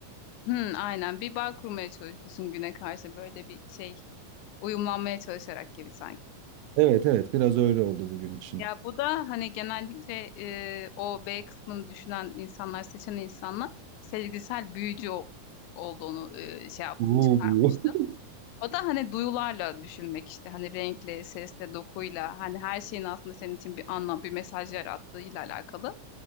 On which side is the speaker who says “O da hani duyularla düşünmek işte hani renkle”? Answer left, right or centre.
Left